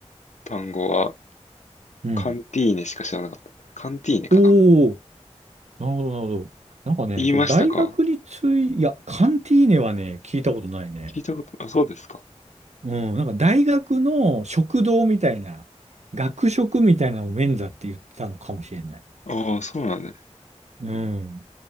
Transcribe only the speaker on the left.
単語は、
カンティーネしか知らなかった。カンティーネかなって
言いましたか
聞いたこと、あ、そうですか。
ああ、そうなんです。